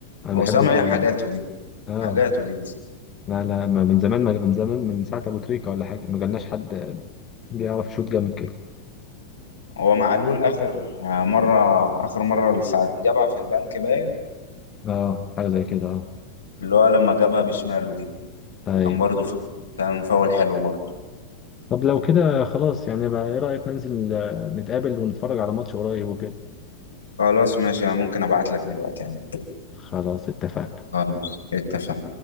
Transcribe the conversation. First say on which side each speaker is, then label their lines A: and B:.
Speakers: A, on the left; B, on the left.
A: انا
B: وسام
A: بحبه
B: هي
A: قوي
B: حاجاته
A: لا
B: دي
A: اه
B: حاجاته دي بس
A: لا لا ما من زمان ما من زمان من ساعه ابو تريكه ولا حاجه ما جالناش حد بيعرف يشوط جامد كده
B: هو معلول اخر مره اخر مره ساعه جابها في البنك باين
A: اه حاجه زي كده اه
B: اللي هو لما جابها بشماله دي
A: ايوه
B: كان برضه ف... كان فاول حلو برضه
A: طب لو كده خلاص يعني بقى ايه رأيك ننزل آه، نتقابل ونتفرج على ماتش قريب وكده
B: خلاص ماشي أنا ممكن ابعت لك دلوقتي يعني
A: خلاص اتفقنا
B: خلاص اتفقنا